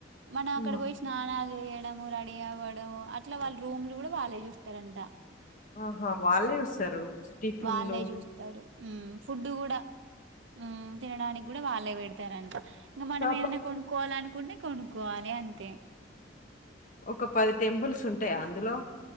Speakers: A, on the right (about 70°); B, on the left (about 45°).
A: మనం
B: హ్మ్.
A: అక్కడ పోయి స్నానాల్ చేయడము రెడీ అవ్వడము అట్లా వాళ్ళ రూమ్లు కూడా వాళ్ళే చూస్తారంట.
B: ఆహా వాళ్ళే చూస్తారు. టిఫిన్‌లు
A: వాళ్ళే చూస్తారు హ్మ్ ఫుడ్ కూడా హ్మ్ తినడానికి కూడా వాళ్ళే. వాళ్ళే పెడుతారాంటా ఇంకా మనం
B: కాకపోతే
A: ఏమైనా కొనుక్కోవాలి అనుకుంటే. కొనుకోవాలే అంతే
B: ఒక పది టెంపుల్స్ ఉంటాయా అందులో